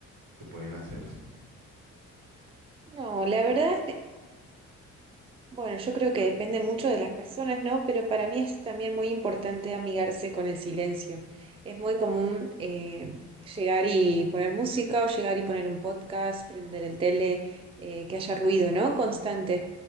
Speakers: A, on the right; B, on the right.
A: que pueden hacerse?
B: No, la verdad, Bueno, yo creo que depende mucho de las personas, ¿no? Pero para mí es también muy importante amigarse con el silencio. Es muy común eh, llegar y poner música o llegar y poner un podcast, prender el tele, eh, que haya ruido, ¿no? Constante.